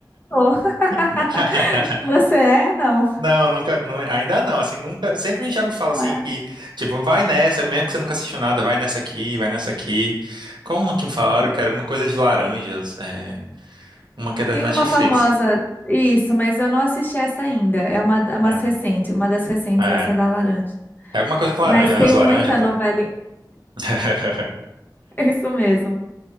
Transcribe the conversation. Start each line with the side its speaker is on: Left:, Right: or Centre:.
Left: Sou. <laughs>
Right: <laughs>
Left: Você é? Não.
Right: Não, nunca, não- ainda não, assim, nunca, sempre já me fala
Left: Mas-
Right: assim que, tipo, vai nessa, mesmo que você nunca assistiu nada, vai nessa aqui, vai nessa aqui. Qual uma que me falaram
Left: é,
Right: que era alguma coisa de laranjas, é, uma que é da
Left: Tem
Right: Netflix.
Left: uma famosa, isso, mas eu não assisti essa ainda. É uma, é umas
Right: É,
Left: recente, uma das recentes,
Right: é,
Left: essa da laranja.
Right: É alguma coisa com
Left: Mas
Right: laranja, né?
Left: tem
Right: Das laranjas.
Left: muita
Right: fala-
Left: novela.
Right: <laughs>
Left: <laughs> É isso mesmo.